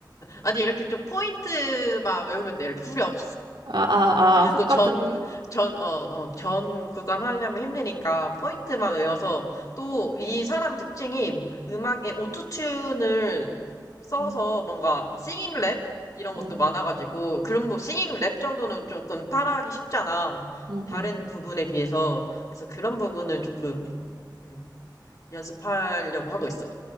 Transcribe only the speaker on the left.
아니, 이렇게 좀 포인트만 외우면 돼. 이렇게 후렴.
또
전,
전, 어, 어, 전 구간 하려면 힘드니까 포인트만 외워서 또 이 사람 특징이 음악에 오토튠을 써서
뭔가 싱잉 랩 이런 것도
많아가지고 그런 뭐 싱잉 랩 정도는 조금 따라하기 쉽잖아.
다른
부분에 비해서. 그래서 그런 부분을 조금 음, 연습하려고 하고 있어.